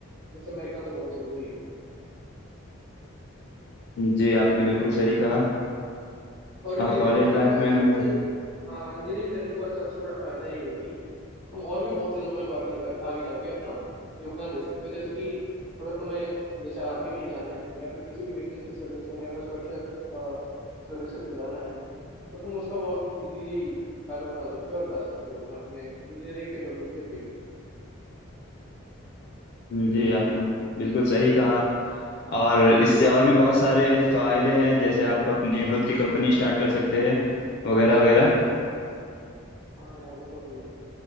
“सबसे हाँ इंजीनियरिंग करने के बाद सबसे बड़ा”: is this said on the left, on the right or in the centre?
Centre